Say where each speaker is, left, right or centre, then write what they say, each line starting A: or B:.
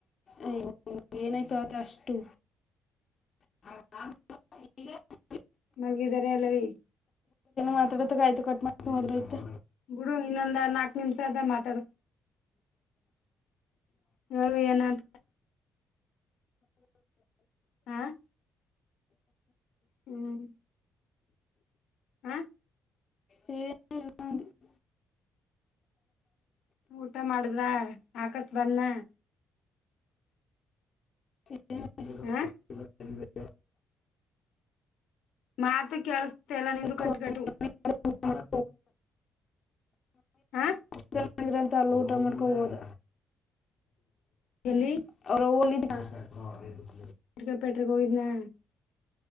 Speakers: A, on the left; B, on the left.
A: ಅಯ್ಯೋ, ಏನಾಯ್ತು ಅದು ಅಷ್ಟು. <unintelligible>
B: ಮಲ್ಗಿದಿದ್ದಾರೆ ಎಲ್ಲವೀ.
A: ಮಾತಾಡುತ್ತೆಯ್ತು ಕಟ್ ಮಾಡ್ಕತಿನಿ ಹೋದ್ರೆ ಹೋಯ್ತಾ.
B: ಬಿಡು ಇನ್ನೊಂದು ನಾಲ್ಕ್ ನಿಮಿಷ ಆದಮಾತಾಡು. ಹೇಳು ಏನಾ ಅಂತ. ಹಾ ಹ್ಮ್ ಹಾ
A: ಹೇ. <unintelligible>
B: ಊಟ ಮಾಡಿದ್ಲ ಆಕಾಶ್ ಬಂದ್ನ.
A: <unintelligible>
B: ಹಾ.
A: <inaudible>
B: ಮಾತು ಕೇಳಸ್ತಲ್ಲ ನಿಂದು
A: ಸೊ,
B: ಕಟ್ಟುಕಟ್ಟು.
A: <inaudible>
B: ಹಾ
A: ಚಿಕನ್ ಮಾಡಿದ್ರಂತ ಅಲ್ಲಿ ಊಟ ಮಾಡಿಕೊಂಡು ಹೋದ.
B: ಎಲ್ಲಿ
A: <unintelligible>
B: ಶುಗರ್ ಫ್ಯಾಕ್ಟರಿಗೆ ಹೋಗಿದ್ನಾ.